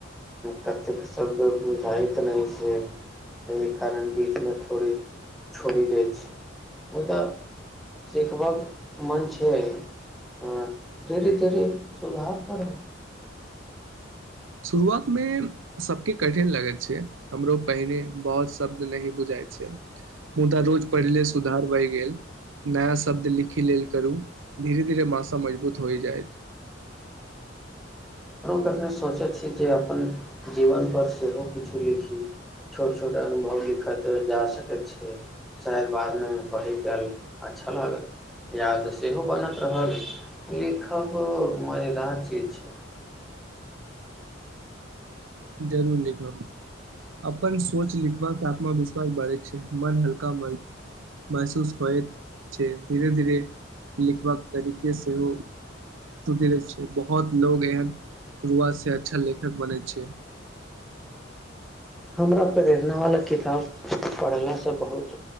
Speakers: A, in the centre; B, on the right.
A: कतेक सब बुझाइत नहि छै एहि कारण बीच मे थोड़े छोड़ि देय छी मुदा सिखब मन छै से अंय धीरे धीरे सुधार करब
B: शुरुआतमे सबके कठिन लगैत छै हमरो पहिने बहुत शब्द नही बुझाइत छै मुदा रोज पढ़य लेल सुधार बढ़ि गेल नया शब्द लिखी लेल करू धीरे धीरे मशा मजबूत होय जायइत
A: खने सोचैत छी जे अपन जीवन पर सेहो किछु लिखी छोट छोट अनुभव लिखैत जा सकैत छै शायद बादमे पढ़ैके अच्छा लागल याद सेहो बनत रहल लिखब मजेदार चीज छै
B: जरूर लिखब अपन सोच लिखबा से आत्मविश्वास बढ़ै छै मन हल्का म महसूस होइत छै धीरे धीरे लिखबाक तरीके सेहो सुधरे छै बहुत लोग एहन शुरुआत से अच्छा लेखक बनै छै
A: हमरा प्रेरणावला किताब पढ़लासँ बहुत